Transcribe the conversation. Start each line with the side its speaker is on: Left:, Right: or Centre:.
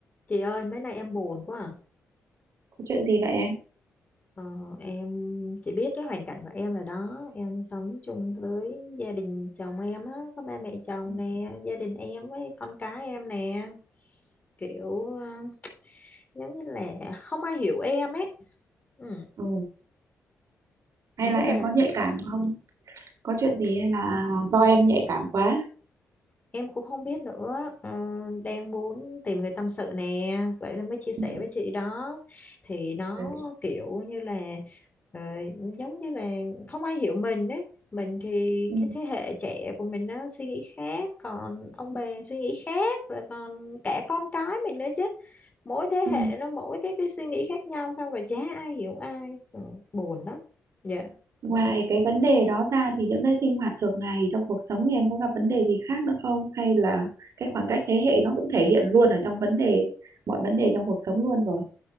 Left: Chị ơi, mấy nay em buồn quá à.
Right: Có chuyện gì vậy em?
Left: Ờ, em chị biết cái hoàn cảnh của em rồi đó. Em sống chung với gia đình chồng em á, có ba mẹ chồng
Right: Ừ.
Left: nè, gia đình em với con cái em nè. Kiểu ờ, giống như là không ai hiểu em ấy. Ừ,
Right: Ừ. Hay
Left: không
Right: là
Left: biết
Right: em
Left: là
Right: có nhạy cảm không? Có chuyện
Left: cũng
Right: gì hay là do em nhạy cảm quá?
Left: Em cũng không biết nữa, ờ, đang muốn tìm người tâm sự nè, vậy nên mới chia
Right: Ừ.
Left: sẻ với chị đó. Thì nó
Right: Ừ.
Left: kiểu như là ờ, giống như là không ai hiểu mình ấy. Mình thì
Right: Ừ.
Left: cái thế hệ trẻ của mình nó suy nghĩ khác, còn ông bà suy nghĩ khác, rồi còn cả con cái mình nữa chứ. Mỗi thế
Right: Ừ.
Left: hệ nó mỗi cái cái suy nghĩ khác nhau, xong rồi chả ai hiểu ai, ừ, buồn đó Dạ.
Right: Ngoài cái vấn đề đó ra thì những cái sinh hoạt thường ngày trong cuộc sống thì em có gặp vấn đề gì khác nữa không? Hay là cái khoảng cách thế hệ nó cũng thể hiện luôn ở trong vấn đề mọi vấn đề trong cuộc sống luôn rồi.